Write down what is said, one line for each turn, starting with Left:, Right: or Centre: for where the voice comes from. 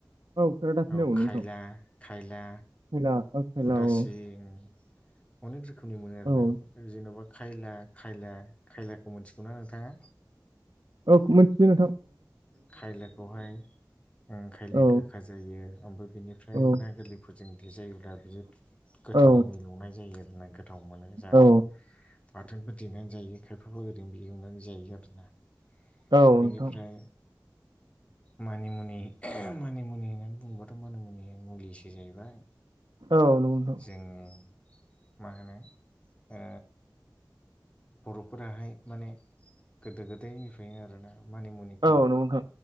Right: औ खेरादाफिनि
Left: औ खायला
Right: नोंथां
Left: खायला
Right: <unintelligible>
Left: उदासिं
Right: औ
Left: अनेक रोखोमनि मोनो आरोना
Right: औ
Left: जेन'बा खायला खायला खायलाखौ मिथिगौना नोंथाङा?
Right: औ मिथियो नों
Left: खायलाखौहाय उम खायलाया
Right: औ
Left: गोखा जा जायो ओमफ्राय बेनिफ्राय
Right: औ
Left: ना गोरलैफोरजों देेजायोब्ला बिराद गोथावनि
Right: औ
Left: मेलौनाय जायो नो गोथाव मोनो जानो
Right: औ
Left: बाथोनफोर देनानै जायो खायफाबा ओरैनोबो एवनानै जायो आरोना
Right: औ नोंथां
Left: बेनिफ्राय मानिमुनि मानिमुनि होननानै बुङोबाथ' मानिमुनिआ मुलिसो जाहैबाय
Right: औ नंगौ
Left: जोंनि मा होनो ओ बर'फोराहाय माने गोदो गोदायनिफ्रायनो आरोना मानि मुनिखौ
Right: औ नंगौ नोंथां